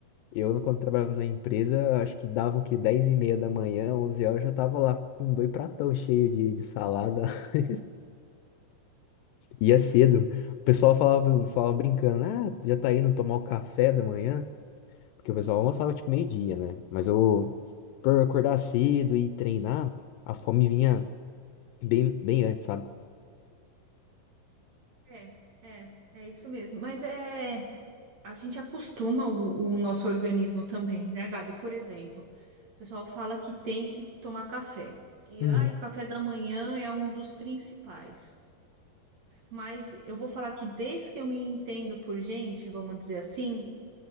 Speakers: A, on the left (about 80°); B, on the right (about 55°).
A: eu, quando trabalhava na empresa, acho que dava o quê? 10 e meia da manhã, 11 horas, eu já tava lá com dois pratão cheio de, de salada. <laughs> Ia cedo. O pessoal falava,
B: sim,
A: falava
B: sim.
A: brincando, ah, já tá indo tomar o café da manhã? Porque o pessoal almoçava tipo meio-dia, né? Mas eu, por acordar cedo e treinar, a fome vinha bem, bem antes, sabe?
B: É, é, é isso mesmo. Mas é, a gente acostuma o, o nosso organismo também, né, Gabi? Por exemplo, o pessoal fala que tem que tomar café, que
A: Uhum,
B: ah, o café da manhã é um dos principais. Mas eu vou falar que desde que eu me entendo por gente, vamos dizer assim,